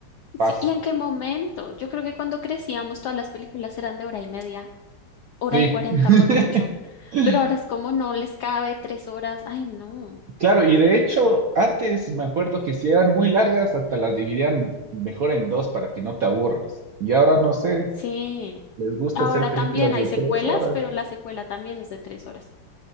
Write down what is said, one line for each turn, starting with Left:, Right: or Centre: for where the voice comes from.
Left: Sí,
Right: paso.
Left: ¿y en qué momento? Yo creo que cuando crecíamos todas las películas eran de hora y media, hora
Right: Sí.
Left: y cuarenta
Right: <laughs>
Left: por mucho, pero ahora es como no les cabe tres horas, ay no,
Right: Claro, y de hecho, antes me acuerdo que si eran muy largas, hasta las dividían mejor en dos para que no te aburras. Y ahora no sé,
Left: sí,
Right: les gusta
Left: ahora
Right: hacer películas
Left: también hay
Right: de
Left: secuelas,
Right: tres horas.
Left: pero la secuela también es de tres horas,